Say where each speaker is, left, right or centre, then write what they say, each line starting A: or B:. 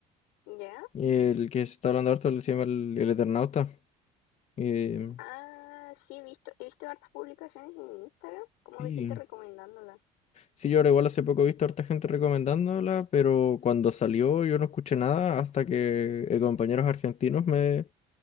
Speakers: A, on the left; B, on the left.
A: ¿Ya?
B: el que se está hablando harto se llama El, el Eternauta. Eh,
A: Ah, sí, he visto, he visto hartas publicaciones en Instagram, como
B: sí,
A: de gente recomendándola.
B: sí, yo ahora igual hace poco he visto harta gente recomendándola, pero cuando salió yo no escuché nada hasta que eh, compañeros argentinos me,